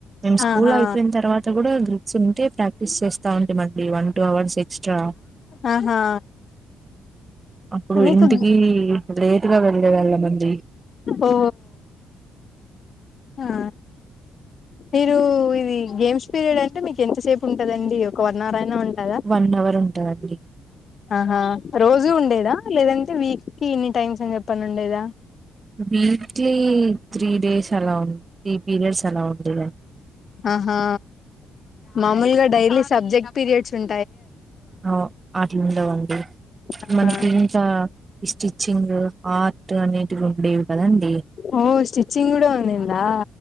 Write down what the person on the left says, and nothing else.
ఆహా
ఆహా
మీకు
ఓ ఆ మీరు ఇది గేమ్స్ పీరియడ్ అ అంటే మీకు ఎంతసేపు ఉంటదండి ఒక వన్ అవర్ అయినా ఉ కదా
ఆహా రోజూ ఉండేది దా లేదంటే వీక్ కి ఇన్ని టైమ్స్ అని చెప్పి అనుండేదా
ఆహా మామూలుగా డైలీ సబ్జెక్ట్ పీరియడ్స్ ఉం
ఆహా
ఓ స్టిచ్చింగ్ కూడా ఉందిందా